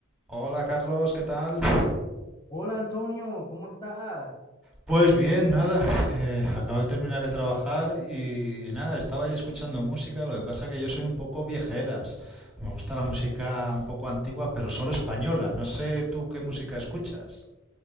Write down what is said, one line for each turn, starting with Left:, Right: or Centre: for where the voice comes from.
Centre: Hola Carlos, ¿qué tal?
Left: Hola Antonio, ¿cómo estás?
Centre: Pues bien, nada, que acabo de terminar de trabajar y, y nada, estaba ahí escuchando música, lo que pasa que yo soy un poco viejeras. Me gusta la música un poco antigua, pero solo española. No sé tú qué música escuchas.